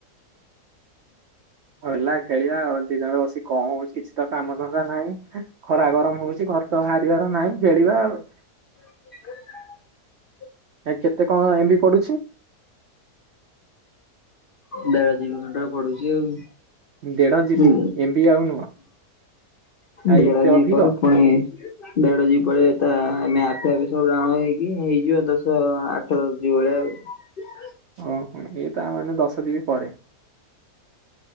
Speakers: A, on the right (about 70°); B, on the left (about 70°).
A: ହେଲା ଖେଳିବା ଆଉ ଦିନରେ ବସି କଣ ହଉଛି କିଛି ତ କାମ ଧନ୍ଦା ନାହିଁ ଖରା ଗରମ ହଉଛି ଘର ତ ବାହାରିବାର ନାହିଁ ଖେଳିବା ଆଉ
B: <unintelligible>
A: ଆ କେ ଏତେ କଣ ଏମତି ପଢଡୁଛି।
B: ଦେଢ ଯିବି ଘଣ୍ଟାରେ ପଢୁଛି ଆଉ
A: ଦେଢ ଯିବି
B: ହୁଁ
A: ଏମ ବି ଆଉ ନୁହ ଆ
B: ଦେଢ
A: ଏତେ
B: ଜିବି
A: ଅଧିକ?
B: ପରେ ପୁଣି ଦେଢ ଯିବ ପରେ ତା ଆମେ ଆଫିଆ ବି ସବୁ ଡାଉଁଲୋଡ଼ ହେଇକି ହେଇଯିବ ଦଶ ଆଠ ଦଶ ଯିବ ବଳିଆ ଆଉ
A: ଓହୋ ଏଇ ତା ମାନେ ଦଶ ଯିପି ପରେ